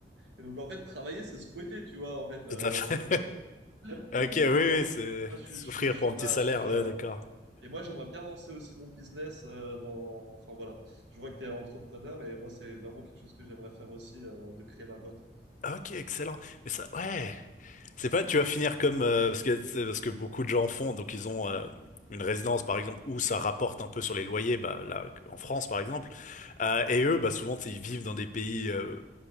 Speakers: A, on the right; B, on the left.
A: Et donc en fait, travailler, c'est se fouetter, tu vois, en fait. euh,
B: tout à fait.
A: <laughs>
B: Ok, oui, oui,
A: et donc en fait,
B: c'est
A: moi, je, suis-
B: souffrir
A: je, suis- je
B: pour
A: suis
B: un
A: pas,
B: petit salaire,
A: je suis pas.
B: ouais, d'accord.
A: Et moi, j'aimerais bien lancer aussi mon business euh, dans. Enfin voilà, je vois que tu es entrepreneur et moi, c'est vraiment quelque chose que j'aimerais faire aussi, euh, de créer ma boîte.
B: Ah, Ok, excellent. Mais ça, ouais, c'est pas tu vas finir comme euh, parce que c'est parce que beaucoup de gens font, donc ils ont euh, une résidence par exemple où ça rapporte un peu sur les loyers, bah là en France par exemple, Euh, et eux, bah souvent tu sais, ils vivent dans des pays euh,